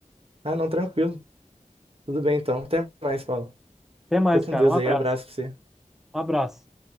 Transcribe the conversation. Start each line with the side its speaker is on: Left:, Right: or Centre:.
Right: Ah, não, tranquilo. Tudo bem então. Até mais, Paulo.
Centre: Até mais,
Right: Fica com
Centre: cara.
Right: Deus
Centre: Um abraço.
Right: aí, abraço pra você.
Centre: Um abraço.